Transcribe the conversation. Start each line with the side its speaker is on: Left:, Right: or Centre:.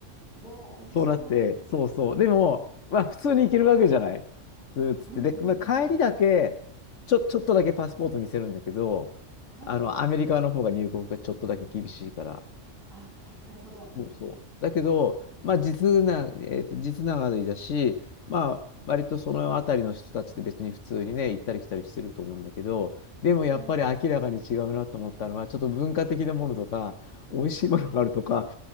Centre: おお、面白い。
Left: そうなって、そうそう。でも、まあ、普通に行けるわけじゃないずーっつって。
Centre: うんうんうん。
Left: で、まあ、帰りだけ、ちょ、ちょっとだけパスポート見せるんだけど、
Centre: はい。
Left: あの、アメリカの方が入国がちょっとだけ厳しいから、
Centre: あ、はい、なるほど。うんうん。
Left: そうそう。だけど、まあ実な、えっと、実ながりだし、まあ割とその辺りの人たちって別に普通にね、行ったり来たりしてると思うんだけど、でもやっぱり明らかに違うなと思ったのは、
Centre: うん。
Left: ちょっと文化的なものとか、美味しいものがあるとか、
Centre: はい。